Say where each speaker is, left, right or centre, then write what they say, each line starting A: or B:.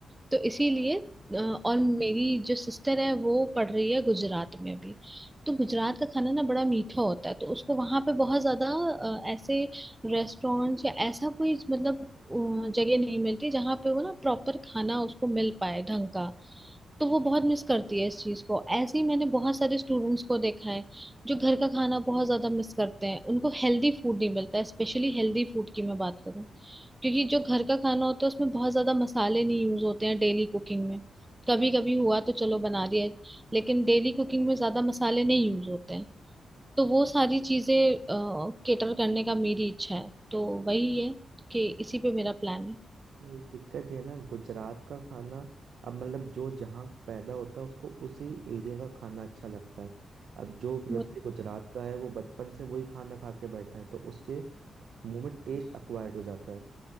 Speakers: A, on the right; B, on the right.
A: तो इसीलिए अ, और मेरी जो सिस्टर है वो पढ़ रही है गुजरात में भी तो गुजरात का खाना ना बड़ा मीठा होता है तो उसको वहां पे बहुत ज्यादा अ, ऐसे रेस्टोरेंट्स या ऐसा कोई मतलब अ, जगह नहीं मिलती जहाँ पे वो ना प्रॉपर खाना उसको मिल पाए ढंग का तो वो बहुत मिस करती है इस चीज को ऐसे ही मैंने बहुत सारे स्टूडेंट्स को देखा है जो घर का खाना बहुत ज्यादा मिस करते हैं उनको हेल्दी फूड नहीं मिलता स्पेशली हेल्दी फूड की मैं बात करूँ क्योंकि जो घर का खाना होता है उसमें बहुत ज्यादा मसाले नहीं यूज होते हैं डेली कुकिंग में कभी कभी हुआ तो चलो बना दिया लेकिन डेली कुकिंग में ज्यादा मसाले नहीं यूज होते हैं तो वो सारी चीजें केटर करने का मेरी इच्छा है तो वही है कि इसी पे मेरा प्लान है
B: वही दिक्कत ये है ना गुजरात का खाना अब मतलब जो जहाँ पैदा होता है उसको उसी एरिया का खाना अच्छा लगता है अब जो व्यक्ति
A: वो
B: गुजरात का है वो बचपन से वही खाना खा के बैठा है तो उसके मुंह में टेस्ट अक्वायर्ड हो जाता है